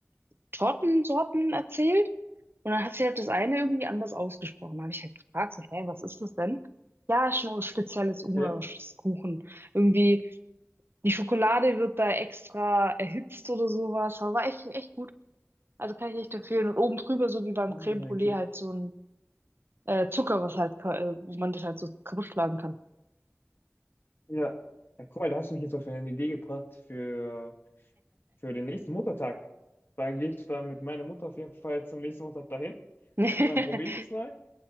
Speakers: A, on the right; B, on the left.
A: Tortensorten erzählt. Und dann hat sie halt das eine irgendwie anders ausgesprochen. Da habe ich halt gefragt, so, hä, was ist das denn? Ja, ist schon ein spezielles ungarisches
B: Okay.
A: Kuchen. Irgendwie die Schokolade wird da extra erhitzt oder sowas. Aber war echt, echt gut. Also kann ich echt empfehlen. Und oben drüber, so wie beim
B: Ah,
A: Creme Brûlée,
B: okay.
A: halt so ein äh, Zucker, was halt, ka- äh, wo man das halt so kaputt schlagen kann.
B: Ja. Ja, cool, da hast du mich jetzt auf eine Idee gebracht für, für den nächsten Muttertag. Dann gehe ich dann mit meiner Mutter auf jeden Fall zum nächsten Muttertag dahin.
A: <laughs>
B: Ja, dann probiere ich das mal. <laughs>